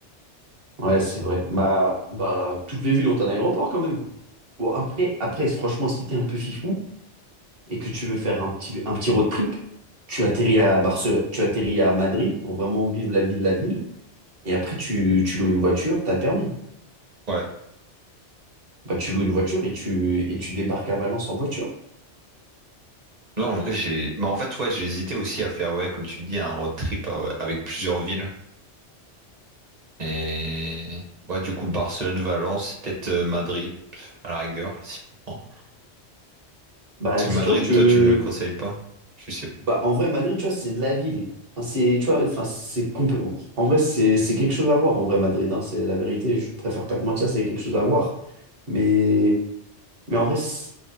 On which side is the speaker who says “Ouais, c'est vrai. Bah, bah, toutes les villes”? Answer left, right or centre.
Right